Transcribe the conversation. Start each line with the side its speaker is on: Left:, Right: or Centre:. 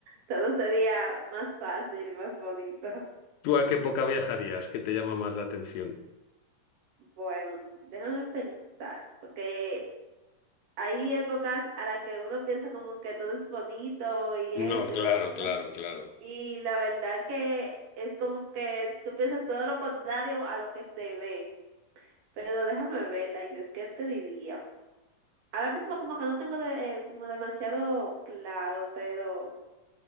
Right: Todo sería más fácil y más bonito.
Left: ¿Tú a qué época viajarías? ¿Qué te llama más la atención?
Right: Bueno, déjame pensar, porque hay épocas a las que uno piensa como que todo es bonito y esto
Left: No,
Right: y
Left: claro,
Right: lo otro,
Left: claro, claro.
Right: y la verdad que es como que tú piensas todo lo contrario a lo que se ve. Pero déjame verla, y Dios, ¿qué te diría? Ahora mismo como que no tengo de, como demasiado claro, pero